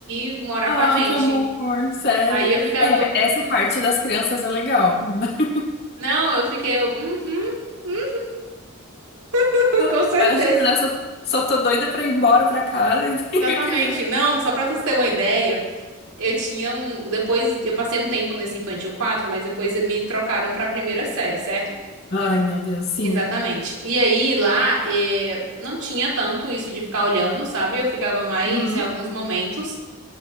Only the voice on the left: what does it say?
Ai,
que amor, sério.
É,
essa
parte das crianças é legal. <laughs>
Não,
Imagina, né? Eu só, tô- só tô doida pra ir embora pra casa e <laughs>
tem a criança.
aí.
Ai, meu Deus, sim.
Uhum.